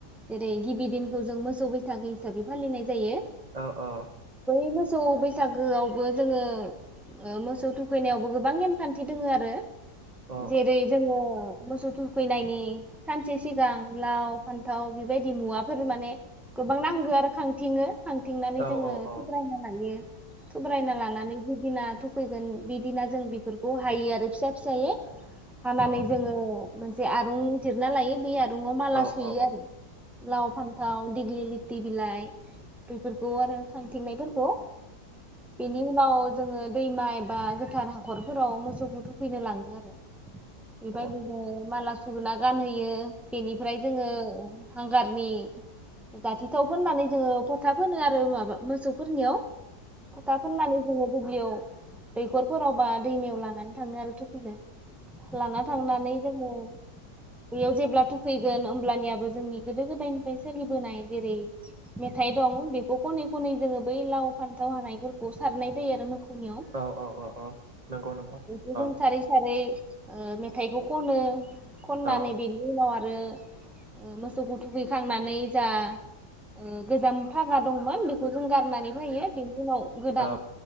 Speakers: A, in the centre; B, on the right.
A: जेरै गिबि दिनखौ जों मोसौ बैसागो हिसाबै फालिनाय जायो।
B: औ औ।
A: बे मोसौ बैसागोआवबो जोङो ओ मोसौ थुखैनायावबो गोबां नेमखान्थि दोङो आरो
B: औ
A: जेरै जोङो मोसौ थुखैनायनि सानसे सिगां लाव फान्थाव बेबायदि मुवाफोर माने गोबां नांगौ आरो खां थिङो। खांथिंनानै
B: औ
A: जोङो
B: औ औ
A: थुब्रायना लायो। थुब्रायना लानानै जिदिना थुखैगोन बिदिना जों बेफोरखौ हायो आरो फिसा फिसायै हानानै
B: औ
A: जोङो मोनसे आरुं जिरना लायो बेै आर दुआव माला
B: औ
A: सुयो
B: औ
A: आरो। लाव, फान्थाव, दिेग्लि लिथि बिलाइ बेफोरखौ आरो खांथिंनायफोरखौ बिनि उनाव जोङो दैमा एबा गोथार हाखरफोराव मोसौखौ थुखैनो लाङो आरो। बेबादिनो
B: औ
A: माला सुना गानहोयो। बेनिफ्राय जोङो हांगारनि जाथिथाव फोननानै जोङो फथा फोनो आरो माबा मोसौफोरनियाव। फथा फुननानै जोङो दुब्लियाव दैखरफोराव बा दैमायाव लानानै थाङो आरो थुफिनो। लाना थांनानै जोङो बेयाव जेब्ला थुखैगोन होमब्लानियाबो जोंनि गोदो गोदायनिफ्राय सोलिबोनाय जेरै मेथाइ दं बेखौ खनै खनै जोङो बै लाव फान्थाव हानायफोरखौ सारनाय जायो आरो मोखौनियाव।
B: औ औ औ नंगौ नंगौ
A: बेखौ जों
B: औ
A: सारै सारै ओ मेथाइबो खनो खननानै
B: औ
A: बिनि उनाव आथ रो मोसौखौ थुखैखांनानै जा ओ गोजाम फागा दंमोन बे खौ जों गारनानै फैयो बिनि उनाव गोदान
B: औ